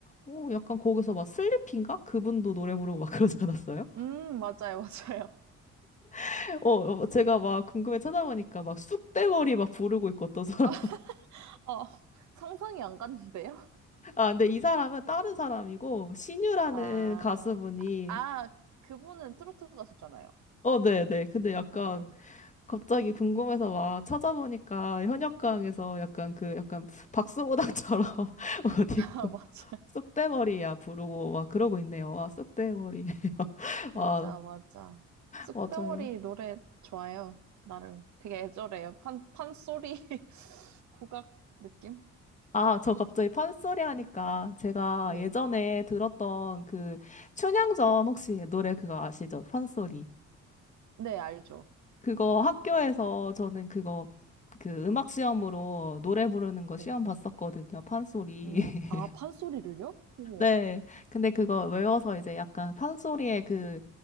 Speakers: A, on the left; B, on the right.
A: 오, 약간 거기서 막 슬리피인가? 그분도 노래 부르고 막 그러지 않았어요?
B: 음, 맞아요, 맞아요.
A: <laughs> 어, 어, 제가 막 궁금해 찾아보니까 막 쑥대머리 막 부르고 있고 어떤 사람.
B: <laughs> 어, 상상이 안 갔는데요?
A: <laughs> 아, 근데 이 사람은 다른 사람이고, 신유라는
B: 아,
A: 가수분이,
B: 아, 그분은 트로트 가수잖아요.
A: 어, 네네. 근데 약간
B: 네.
A: 갑자기 궁금해서 막 찾아보니까 현역가왕에서 약간 그, 약간 박수무당처럼 <laughs> 옷
B: <laughs> 아,
A: 입고.
B: 맞아,
A: 쑥대머리야 부르고 와 그러고 있네요. 와 쑥대머리. <laughs>
B: 맞아,
A: 와
B: 맞아. 쑥대머리
A: 맞아요.
B: 노래 좋아요. 나름 되게 애절해요. 판, 판소리 <laughs> 국악 느낌?
A: 아, 저 갑자기 판소리 하니까 제가
B: 네,
A: 예전에 들었던 그 춘향전 혹시 노래 그거 아시죠? 판소리.
B: 네, 알죠.
A: 그거 학교에서 저는 그거 그 음악 시험으로 노래 부르는 거
B: 네.
A: 시험 봤었거든요. 판소리.
B: 음,
A: <laughs>
B: 아, 판소리를요? 어머.
A: 네. 근데 그거 외워서 이제 약간 판소리의 그